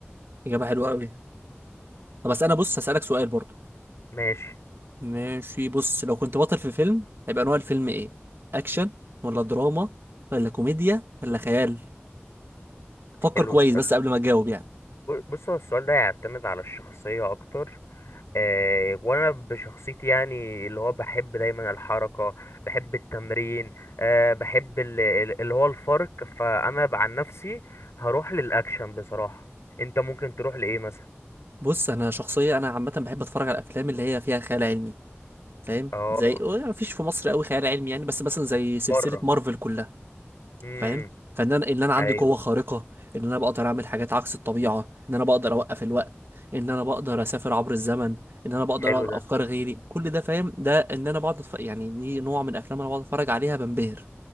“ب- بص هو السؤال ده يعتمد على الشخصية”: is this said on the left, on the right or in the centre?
Left